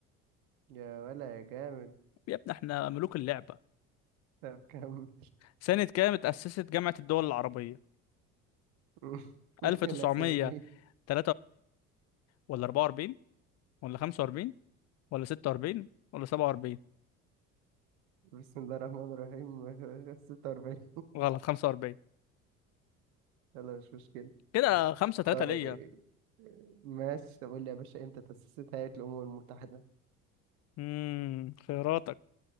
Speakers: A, on the right (about 70°); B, on the left (about 40°).
A: يا ولا يا جامد
B: يا ابني احنا ملوك اللعبة
A: طب كمل
B: سنة كام اتأسست جامعة الدول العربية
A: <laughs>
B: 1943
A: الأسئلة دي
B: ولا 44 ولا 45 ولا 46 ولا 47
A: بسم الله الرحمن الرحيم <laughs> 46
B: غلط 45
A: يلا مش مشكلة
B: كده 5 3
A: طيب
B: ليا
A: ماشي طب قول لي يا باشا امتى تأسست هيئة الأمم المتحدة
B: امم خياراتك